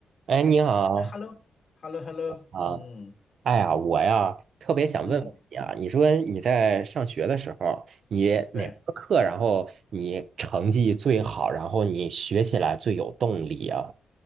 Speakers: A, on the right; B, on the left.
A: 哎，你好
B: 哎，hello，hello，hello，
A: 啊！
B: 嗯
A: 哎呀，我呀特别想问问你啊，
B: 嗯，
A: 你说你在上学的时候，你哪门儿课，
B: 对，
A: 然后你成绩最好，然后你学起来最有动力啊？